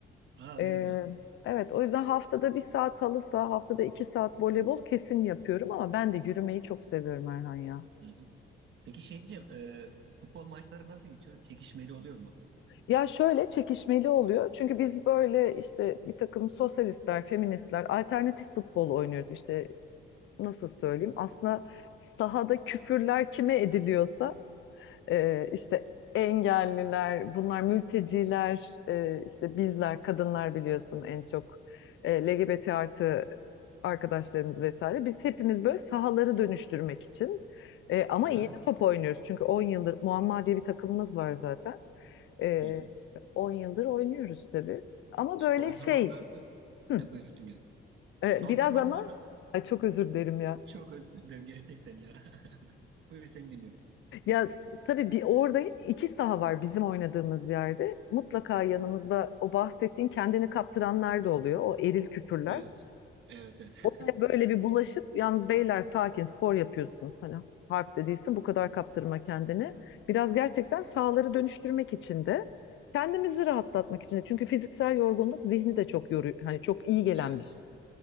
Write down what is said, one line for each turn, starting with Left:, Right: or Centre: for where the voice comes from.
Right: Aa,
Left: Ee,
Right: ne güzel.
Left: evet, o yüzden haftada bir saat halı saha, haftada iki saat voleybol kesin yapıyorum ama ben de yürümeyi çok seviyorum Erhan ya.
Right: Hı-hı. Peki şey diyeceğim. e, futbol maçları nasıl geçiyor? Çekişmeli oluyor mu?
Left: Ya şöyle çekişmeli oluyor çünkü biz böyle işte bir takım sosyalistler, feministler, alternatif futbol oynuyoruz işte nasıl söyleyeyim. Aslında sahada küfürler kime ediliyorsa Ee, işte engelliler, bunlar mülteciler, e, işte bizler, kadınlar biliyorsun en çok e, LGBT artı arkadaşlarımız vesaire. Biz hepimiz böyle sahaları dönüştürmek için e, ama
Right: Hı-hı.
Left: iyi de top oynuyoruz. Çünkü 10 yıldır Muamma diye bir takımımız var zaten. E,
Right: Hı-hı.
Left: 10 yıldır oynuyoruz tabii. Ama
Right: Son
Left: böyle şey,
Right: zamanlarda...
Left: hı,
Right: Ha, buyur dinliyorum. Son
Left: e, biraz
Right: zamanlarda...
Left: ama ay çok özür dilerim ya.
Right: Çok özür dilerim gerçekten ya. <laughs> Buyur seni dinliyorum.
Left: Ya s- tabii bir orada iki saha var bizim oynadığımız yerde. Mutlaka yanımızda o bahsettiğin kendini kaptıranlar da oluyor. O eril küfürler.
Right: Evet. Evet, evet.
Left: Ve
Right: <laughs>
Left: Böyle bir bulaşıp yalnız beyler sakin spor yapıyorsun. Hani harp de değilsin bu kadar kaptırma kendini. Biraz gerçekten sahaları dönüştürmek için de kendimizi rahatlatmak için de. Çünkü fiziksel yorgunluk zihni de çok yoruyor. Hani çok iyi gelen
Right: Evet.
Left: bir şey.